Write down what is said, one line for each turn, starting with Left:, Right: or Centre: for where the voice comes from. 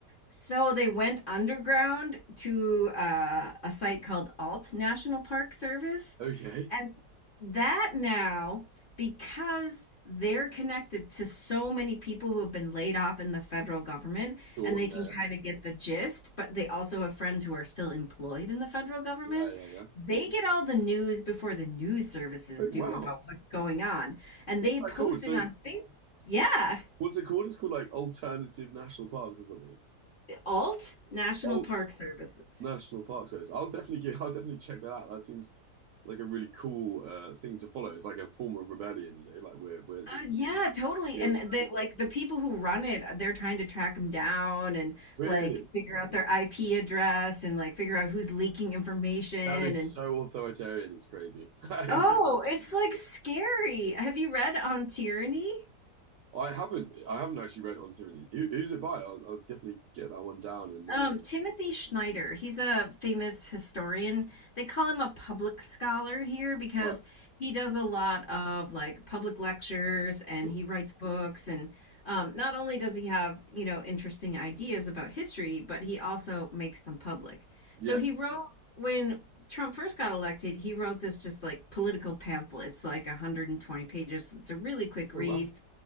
Left: So they went underground to uh, a site called Alt National Park Service.
Right: Okay.
Left: And that now, because they're connected to so many people who have been laid off in the federal government,
Right: Sure.
Left: and they
Right: Yeah.
Left: can kind of get the gist, but they also have friends who are still employed in the federal government.
Right: Yeah. Yeah. Yeah. yeah.
Left: They get all the news before the news services
Right: Oh
Left: do
Right: wow.
Left: about what's going on. And
Right: What's
Left: they post
Right: that called? So
Left: it on Facebook. Yeah,
Right: what's it called? It's called like alternative national parks or something.
Left: Alt National
Right: Alt
Left: Park Services.
Right: National Park Service. I'll definitely get I'll definitely check that out. That seems like a really cool uh, thing to follow. It's like a form of rebellion, you know, like we're we're this,
Left: Uh, yeah, totally.
Right: the
Left: And
Right: underground.
Left: the like the people who run it, uh, they're trying to track them down and
Right: Really?
Left: like figure out their IP address and like figure out who's leaking information
Right: That is
Left: and
Right: so authoritarian. It's crazy. <laughs> That is,
Left: oh, it's like scary. Have you read On Tyranny?
Right: I haven't I haven't actually read On Tyranny. Who, who's it by? I'll, I'll definitely get that one down and
Left: Um,
Right: uh,
Left: Timothy Schneider, he's a famous historian. They call him a public scholar here because
Right: right.
Left: he does a lot of like public lectures and
Right: Cool.
Left: he writes books. And um, not only does he have, you know, interesting ideas about history, but he also makes them public.
Right: Yeah.
Left: So he wrote, when Trump first got elected, he wrote this just like political pamphlet. It's like 120 pages. It's a really quick read.
Right: Oh well.